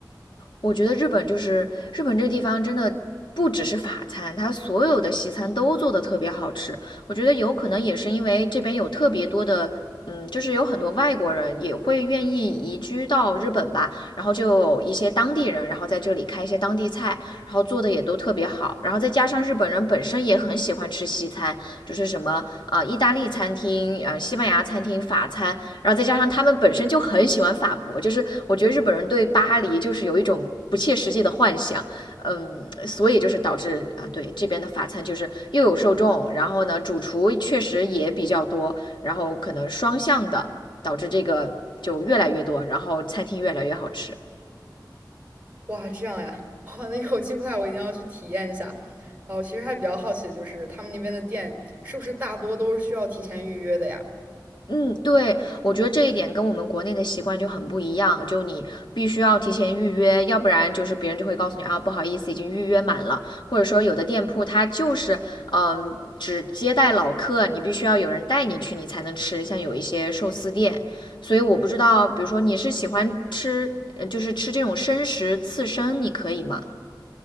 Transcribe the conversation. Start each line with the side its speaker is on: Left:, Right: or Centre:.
Left: 我觉得日本就是日本这个地方真的不只是法餐，它所有的西餐都做的特别好吃。我觉得有可能也是因为这边有特别多的。嗯，就是有很多外国人也会愿意移居到日本吧，然后就有一些当地人，然后在这里开一些当地菜，然后做的也都特别好，然后再加上日本人本身也很喜欢吃西餐，就是什么啊、呃、意大利餐厅、呃西班牙餐厅、法餐，然后再加上他们本身就很喜欢法国，就是我觉得日本人对巴黎就是有一种不切实际的幻想，嗯，所以就是导致啊，对这边的法餐就是又有受众，然后呢，主厨确实也比较多，然后可能双向的导致这个就越来越多，然后餐厅越来越好吃。
Right: 哇，这样呀，<laughs> 哇，那有机会啊我一定要去体验一下。哦，我其实还比较好奇的就是他们那边的店是不是大多都是需要提前预约的呀？
Left: 嗯，对，我觉得这一点跟我们国内的习惯就很不一样，就你必须要提前预约，要不然就是别人就会告诉你啊，不好意思，已经预约满了，或者说有的店铺它就是嗯、只接待老客，你必须要有人带你去，你才能吃，像有一些寿司店，所以我不知道，比如说你是喜欢吃，呃就是吃这种生食刺身，你可以吗？